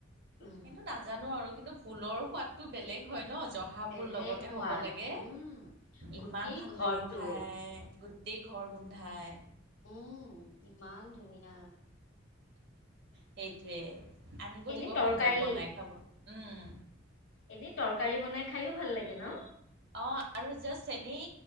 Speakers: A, on the left; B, on the right.
A: উম,
B: কিন্তু নাজানো আৰু কিন্তু ভোলৰ সোৱাদতটো বেলেগ হয় ন? জহা
A: বেলেগ
B: ভূল লগতে
A: সোৱাদ
B: হ'ব লাগে
A: উম। গোটেই
B: ইমান ভাল
A: ঘৰটো
B: লাগে খাই গোটেই ঘৰ গোন্ধাই
A: উম ম ত নিয়া
B: সেইটোৱে আনিব
A: এনে
B: দিব
A: তৰকাৰী
B: ভিনদৌক বনাই খাব উম
A: এনে তৰকাৰী বনাই খাইও ভাল লাগে ন?
B: অ আৰু যাচ এনেই